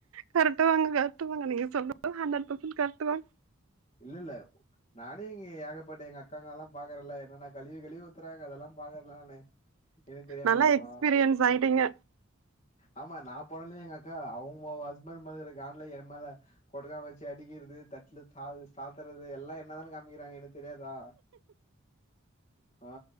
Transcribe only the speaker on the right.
கரட்டு தாங்க கரட்டு தாங்க நீங்க சொல்லுறதெல்லா ஹன்ட்ரட் பர்சன்ட் கரட்டு தாங்க
நல்லா
எக்ஸ்பீரியன்ஸ் ஆயிட்டீங்க